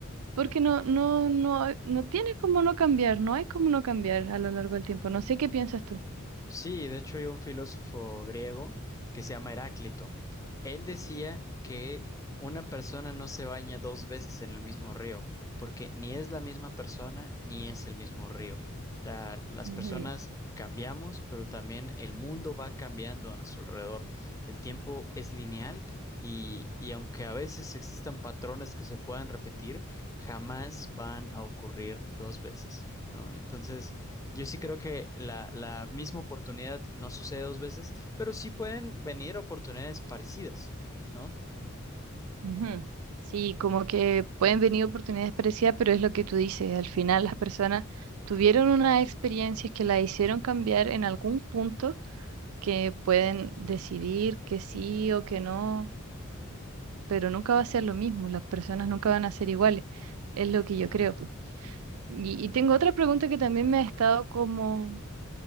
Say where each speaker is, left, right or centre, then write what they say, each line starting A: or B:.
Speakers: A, on the right; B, on the left.
A: porque no, no, no, no tiene como no cambiar, no hay como no cambiar a lo largo del tiempo. No sé qué piensas tú.
B: Sí, de hecho hay un filósofo griego que se llama Heráclito. Él decía que una persona no se baña dos veces en el mismo río, porque ni es la misma persona ni es el mismo río. O sea, las
A: Ujú.
B: personas cambiamos, pero también el mundo va cambiando a nuestro alrededor. El tiempo es lineal y, y aunque a veces existan patrones que se puedan repetir, jamás van a ocurrir dos veces, ¿no? Entonces... Yo sí creo que la, la misma oportunidad no sucede dos veces, pero sí pueden venir oportunidades parecidas, ¿no?
A: Ujú. Sí, como que pueden venir oportunidades parecidas, pero es lo que tú dices, al final las personas tuvieron unas experiencias que la hicieron cambiar en algún punto que pueden decidir que sí o que no, pero nunca va a ser lo mismo, las personas nunca van a ser iguales, es lo que yo creo. Y, y tengo otra pregunta que también me ha estado como,